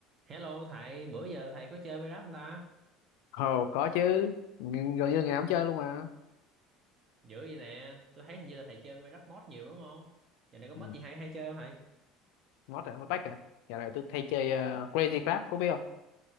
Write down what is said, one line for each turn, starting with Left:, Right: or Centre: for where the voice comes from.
Right: Hello thầy, bữa giờ thầy có chơi Minecraft không ta?
Left: Ồ, có chứ Ng- gần như ngày nào cũng chơi luôn mà
Right: Dữ vậy nè, tôi thấy hình như là thầy chơi Minecraft mod nhiều đúng không? Giờ này có
Left: ừ.
Right: mod gì hay hay chơi không thầy?
Left: mod à mod pack à giờ này tôi thay chơi ờ, Crazy Club có biết không